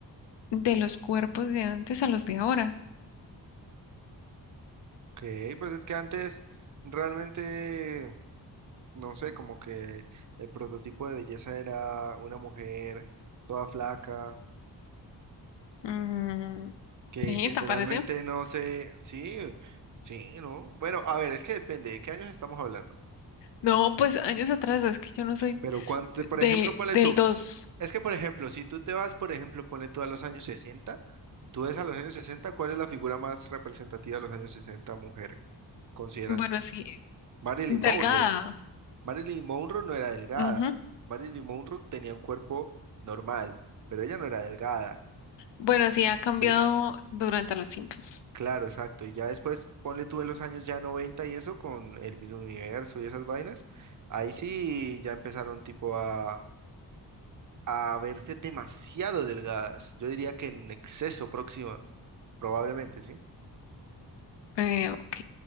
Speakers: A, on the left; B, on the right.
A: de los cuerpos de antes a los de ahora.
B: Ok, pues es que antes realmente, no sé, como que el prototipo de belleza era una mujer toda flaca,
A: Mm,
B: que
A: sí,
B: generalmente
A: ¿te parece?
B: no sé, sí, sí, ¿no? Bueno, a ver, es que depende de qué años estamos hablando.
A: No, pues años atrás, es que yo no soy
B: Pero cuánto,
A: de,
B: por ejemplo, ponle
A: del
B: tú,
A: dos,
B: es que por ejemplo, si tú te vas, por ejemplo, ponle tú a los años 60. Tú ves a los años 60, ¿cuál es la figura más representativa de los años 60 mujer, consideras
A: bueno,
B: tú?
A: sí,
B: Marilyn
A: delgada.
B: Monroe. Marilyn Monroe no era delgada.
A: ujú.
B: Marilyn Monroe tenía un cuerpo normal, pero ella no era delgada,
A: Bueno, sí ha cambiado
B: ¿sí?
A: durante los tiempos.
B: Claro, exacto. Y ya después, ponle tú en los años ya 90 y eso, con el mismo universo y esas vainas, ahí sí ya empezaron tipo a, a verse demasiado delgadas. Yo diría que en exceso próxima, probablemente, ¿sí?
A: Eh, ok.